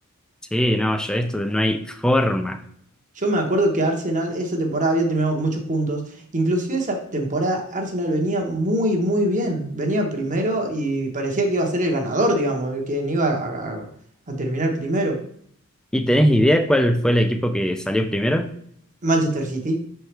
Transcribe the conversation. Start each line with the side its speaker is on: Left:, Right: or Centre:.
Centre: Sí, no, yo esto no hay forma.
Right: Yo me acuerdo que Arsenal esa temporada había terminado con muchos puntos. Inclusive esa temporada Arsenal venía muy, muy bien. Venía primero y parecía que iba a ser el ganador, digamos, el que no iba a, a- a terminar primero.
Centre: ¿Y tenés idea cuál fue el equipo que salió primero?
Right: Manchester City.